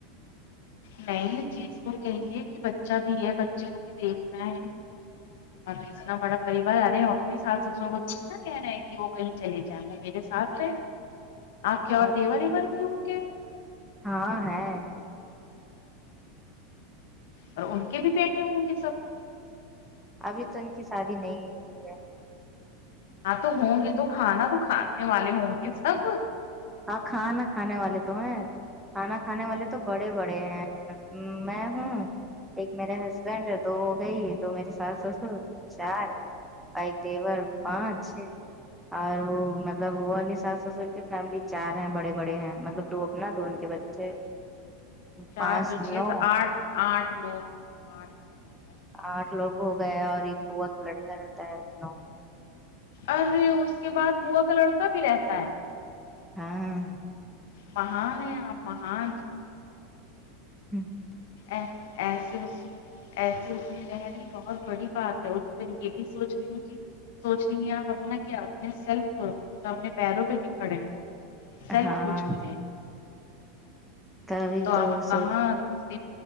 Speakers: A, on the left (about 60°); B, in the centre.
A: نہیں چیز کو کہیے کہ بچہ بھی ہے بچے کو بھی دیکھنا ہے ا اتنا بڑا پریوار ارے اپنے ساس سسر اچ نہ کہہ رہے ہیں کہ وہ کہیں چلے جائیں وہ میرے ساتھ رہے آپ کے
B: اور
A: دیور
B: کیا
A: ایور بھی ہوں گے
B: ہاں ہے
A: اور ان کے بھی بیٹے ہوں گے سب
B: ابھی تو ان کی شادی نہیں ہے ہوئی
A: ہاں تو ہوں گے تو کھانا تو کھانے والے ہوں گے سب
B: ہاں کھانا کھانے والے تو ہیں کھانا کھانے والے تو بڑے بڑے ہیں میں ہوں ایک میرے ہسبینڈ دو وہ گئی دو میرے ساس سسر چار اور ایک دیوار پانچ ہے اور وہ مطلب وہ والی ساس سسر کے فیملی چار ہیں بڑے بڑے ہیں مطلب دو اپنا دو ان کے بچے
A: چار
B: پانچ
A: دو چھ
B: نو
A: سے آٹھ آٹھ لوگ آٹھ نو لوگ ہوں گے۔
B: آٹھ لوگ ہو گئے اور ایک بوا کا لڑکا رہتا ہے نو
A: ارے اس کے بعد بووا کا لڑکا بھی رہتا ہے
B: ہاں
A: مہان ہے آپ مہان
B: ہوں
A: ا ایس ایسے اس میں رہ رہی ہے بہت بڑی بات ہے اس پ یہ بھی سوچ رہی ہوں کہ سوچ رہیے آپ اپنا کہ اپنے سیلف مطلب اپنے پیروں پہ بھی کھڑے ہوں سیلف
B: ہاں
A: کچھ کریں
B: تبھی
A: تو آپ کہاں
B: سوچ
A: د